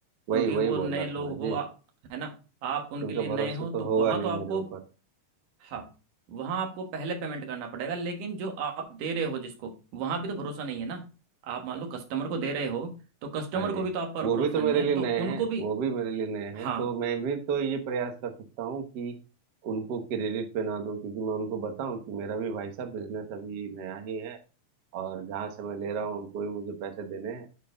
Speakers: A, on the right; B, on the right.
A: वही
B: क्योंकि
A: वही
B: वो
A: बोल
B: नए
A: रहा
B: लोग
A: था मैं जी
B: हो आ- है ना आप उनके
A: उनका
B: लिए
A: भरोसा
B: नए हो
A: तो
B: तो
A: होगा
B: वहाँ
A: नहीं
B: तो आपको
A: मेरे ऊपर
B: हाँ वहां आपको पहले पेमेंट करना पड़ेगा लेकिन जो आप दे रहे हो जिसको वहां भी तो भरोसा नहीं है ना आप मान लो कस्टमर को दे रहे हो तो कस्टमर
A: हाँ जी
B: को भी तो आप पर
A: वो
B: भरोसा
A: भी तो मेरे
B: नहीं है
A: लिए
B: तो
A: नए
B: उनको
A: हैं
B: भी
A: वो भी मेरे लिए नए
B: हाँ
A: हैं तो मैं भी तो ये प्रयास कर सकता हूँ कि उनको क्रेडिट पे ना दूं क्योंकि मैं उनको बताऊं कि मेरा भी भाई साहब बिजनेस अभी नया ही है और जहाँ से मैं ले रहा हूँ उनको ही मुझे पैसे देने हैं